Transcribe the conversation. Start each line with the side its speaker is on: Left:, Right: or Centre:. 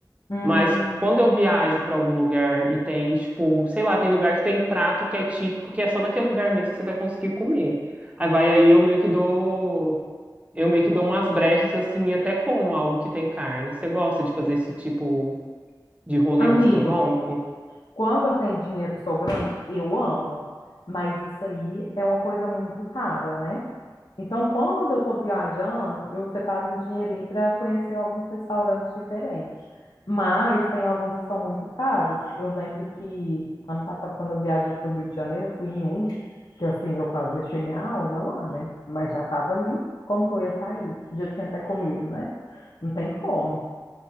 Left: Hum,
Right: Mas quando eu viajo para algum lugar e tem, tipo, sei lá, tem lugar que tem prato que é típico, que é só naquele lugar mesmo que você vai conseguir comer. Aí vai aí eu meio que dou, eu meio que dou umas brechas assim e até como algo que tem carne. Você gosta de fazer esse tipo de rolê
Left: amigo,
Right: gastronômico?
Left: quando eu tenho dinheiro sobrando, eu amo, mas isso aí é uma coisa muito rara, né? Então, quando eu estou viajando, eu separo um dinheirinho para conhecer alguns restaurantes diferentes. Mas tem alguns que são muito caros. Eu lembro que ano passado, quando eu viajei para o Rio de Janeiro, eu fui em um, que assim, eu quase deixei minha alma lá, né? Mas já estava ali. Como que eu ia sair? Já tinha até comido, né? Não tem como.